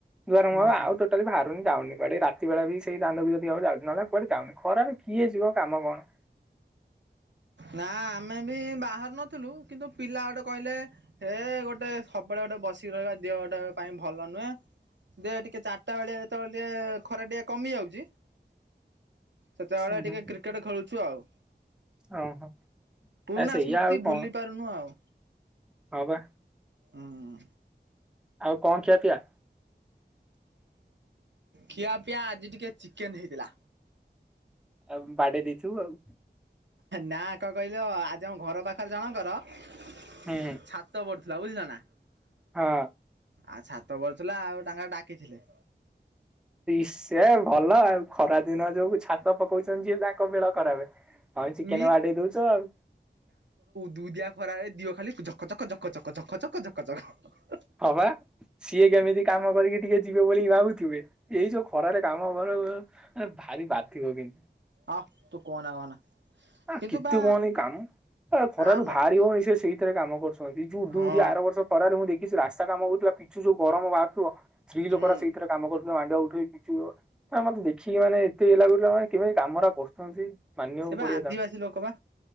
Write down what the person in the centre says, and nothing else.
ଗରମ
ଆଉ
ଟୋଟାଲି ଭ ଯାଉନି କୁଆଡେ ରାତି ବେଳା ବି ସେଇ ଦାଣ୍ଡ କୁ ବି ଯଦି ହବ ଯାଉଛି। ନହେଲେ କୁଆଡେ ଆଉ ଯାଉନି ଖରାରେ କିଏ ଯିବ କାମ କଣ?
ହୁଁ ହୁଁ।
ଆଉ, ଓହୋ
ଆ ସେଇଆ
କଣ
ହଁ ବା
ଆଉ କଣ ଖିଆ ପିଆ?
ଆ ବାଡ଼େଇ ଦେଇଥିବୁ ଆଉ।
ହୁଁ।
ହଁ।
ସେ ଭଲ ଆଉ ଖରା ଦିନ ଯୋଉ ଛାତ ପକଉଛନ୍ତି ଯିଏ ତାଙ୍କ ବେଳ ଖରାପେ । ହଁ ଚିକେନ
ବାଡ଼େଇ ଦଉଚ ଆଉ।
ହଁବା ସିଏ କେମିତି କାମ କରିକି ଟିକେ ଯିବ ବୋଲି ଭାବୁଥିବେ ଏଇ ଯୋଉ ଖରାରେ କାମ ହ <unintelligible> ଭାରି ବାଧିବ କିନ୍ତୁ।
ଆଃ,
କେତେ
କହନି କାମ ଖରାରୁ
ବାହାରି
ହବନି ସେ ସେଇଥିରେ କାମ କରୁଛନ୍ତି ଯୋଉ ଉଦୁ
ଉଦିଆ ଖରାରେ ଆର ବର୍ଷ ଖରାରେ ମୁଁ ଦେଖିଛି ରାସ୍ତା କାମ ହଉଥିଲା ପିଚୁ ଯୋଉ ଗରମ ବାହାରୁଥିବ ସ୍ତ୍ରୀ
ଲୋକ ସେଇଥିରେ କାମ କରୁ ମାଣ୍ଡିଆ ଉଠେଇକି। <unintelligible> ମତେ ଦେଖିକି ମାନେ ଏତେ ଇଏ ଲାଗୁଥିଲା କେମିତି କାମରା କରୁଛନ୍ତି? ମାନିବାକୁ
ପଡ଼ିବ
ତାଙ୍କୁ।